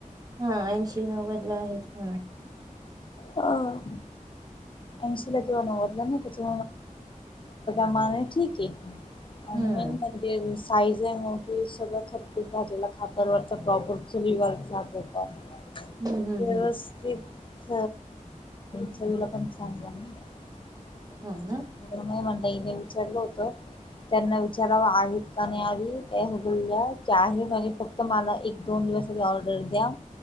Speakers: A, on the right; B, on the left.
A: हां, ऐंशी नव्वदला आहेत. हां.
B: अंह. ऐंशीला किंवा नव्वदला ना <unintelligible> त्याची मागणी ठीक हाय. आणि
A: हम्म
B: मेन म्हणजे रुस साईज हाय मोठी, सगळं खरपूस भाजलेला खापरवरचा प्रॉपर चुलीवरचा तो पण
A: हम्म हम्म
B: व्यवस्थित
A: हम्म
B: <unintelligible> चवीला पण चांगला आहे. <unintelligible>
A: हो ना.
B: ताईने विचारलं होत, त्यांना विचारावं आहेत का नाही आधी? त्या हो बोलल्या की आहे, म्हणजे फक्त मला एक दोन दिवस आधी ऑर्डर द्या?